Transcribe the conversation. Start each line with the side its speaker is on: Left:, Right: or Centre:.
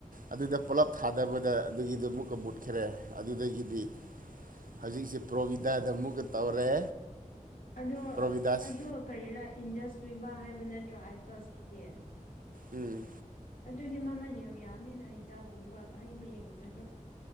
Right: ꯑꯗꯨꯗ ꯄꯨꯂꯞ ꯊꯥꯗꯕꯗ ꯑꯗꯨꯒꯤꯗꯨ ꯃꯨꯛꯀ ꯃꯨꯠꯈ꯭ꯔꯦ ꯑꯗꯨꯗꯒꯤꯗꯤ ꯍꯧꯖꯤꯛꯁꯦ ꯄ꯭ꯔꯣꯕꯤꯗꯥꯗ ꯑꯃꯨꯛꯀ ꯇꯧꯔꯦ
Left: ꯑꯗꯣ
Right: ꯄ꯭ꯔꯣꯕꯤꯗꯥꯁꯤ
Left: ꯑꯗꯨ ꯀꯔꯤꯔꯥ ꯏꯟꯗꯁ ꯚꯤꯚꯥ ꯍꯥꯏꯕ ꯅꯠꯇ꯭ꯔꯥ ꯑꯥꯏꯄꯜꯁꯀꯤꯗꯤ
Right: ꯎꯝ
Left: ꯑꯗꯨꯗꯤ ꯃꯃꯟ ꯌꯥꯝ ꯌꯥꯝꯃꯦꯅ ꯍꯤꯗꯥꯛꯀꯨꯝꯕ ꯍꯩ ꯃꯍꯤꯒꯨꯝꯕꯁꯨ